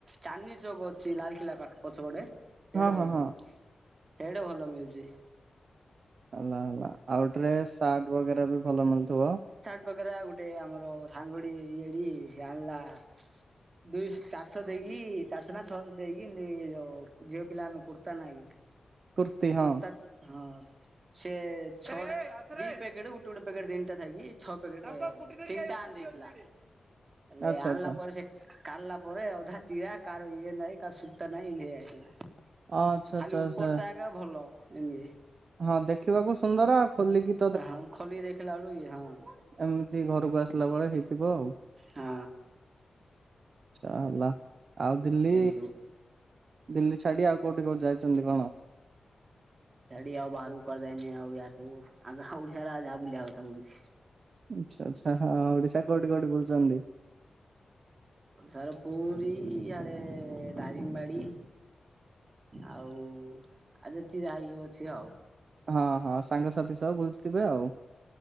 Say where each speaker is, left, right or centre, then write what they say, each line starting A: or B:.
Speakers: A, on the right; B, on the right.
A: ଚନ୍ଦନି ଚୌକ ଅଛି। ଲାଲକିଲା ପାଖ ପଛପଟେ। ସେଇଆଡ଼େ
B: ହଁ
A: ଭଲ
B: ହଁ ହଁ
A: ମିଳୁଛି। ସେଇଆଡ଼େ ଭଲ ମିଳୁଛି।
B: ହେଲା। ହେଲା। ଆଉ ଡ୍ରେସ୍, ସାର୍ଟ ବଗେରା ବି ଭଲ ମିଳୁଥିବ।
A: ପ୍ରକାରା ଗୋଟେ ଆମର ସାଙ୍ଗଡି ଇଏଡି <unintelligible> ଦୁଇଶ, ଚାରିଶହ ଦେଇକି ଚାରିଶହ ନା ଛଅଶହ ଦେଇକି <unintelligible> ଝିଅ ପିଲା ମାନ କୁର୍ତ୍ତା ନାଇକି
B: କୁର୍ତ୍ତି ହଁ
A: କୁର୍ତା ହଁ ସେ ଛ ଦି ପ୍ୟାକେଟ ଗୋଟେ ଗୋଟେ ପ୍ୟାକେଟ ତିନିଟା ଥାଇକି ଛ ପ୍ୟାକେଟ ତିନିଟା ଆଣି ଦେଇଥିଲା। ହେଲେ
B: ଆଚ୍ଛା
A: ଆଣଲା
B: ଆଚ୍ଛା
A: ପରେ ସେ କାଢଲା ପରେ ଅଧା ଚିରା କାହାର ଇଏ ନାଇଁ କାହାର ସୂତା ନାଇଁ ଇନ୍ଧି ହେଇଯାଇଥିଲା।
B: ଆଚ୍ଛା
A: ଖାଲି
B: ଆଚ୍ଛା
A: ଉପର
B: ଆଚ୍ଛା
A: ଟା ଏକା ଭଲ ଏମିତି।
B: ହଁ ଦେଖିବାକୁ ସୁନ୍ଦର ଆଉ ଖୋଲିକି
A: ଆ ହଁ ଖୋଲିକି ଦେଖିଲା ବେଳୁକୁ ଇଏ ହଁ
B: ଏମତି ଘରକୁ ଆସିଲା ବେଳେ ହେଇଥିବ ଆଉ।
A: ହଁ।
B: ଚା ହେଲା। ଆଉ ଦିଲ୍ଲୀ
A: ଏମିତି ସବୁ।
B: ଦିଲ୍ଲୀ ଛାଡ଼ି ଆଉ କୋଉଠି କୋଉଠି
A: <inaudible>
B: ଯାଇଛନ୍ତି କଣ?
A: ଛାଡ଼ି ଆଉ ବାହାରକୁ କୁଆଡ଼େ ଯାଇନି ଆଉ ୟାଡେ ସବୁ ଆମ ଓଡ଼ିଶାରେ ଆଉ ଯାହା ବୁଲିବା କଥା ବୁଲିଛି।
B: ଆଚ୍ଛା ଆଚ୍ଛା ହଁ ଓଡ଼ିଶା କୋଉଠି କୋଉଠି ବୁଲିଛନ୍ତି?
A: ସାର ପୁରୀ ଆଡ଼େ ଦାରିଙ୍ଗବାଡ଼ି। ଆଉ ଯେତେ ଯାହା ଇଏ ଅଛି ଆଉ।
B: ହଁ ହଁ ସାଙ୍ଗସାଥି ସବୁ ବୁଲଥିବେ ଆଉ।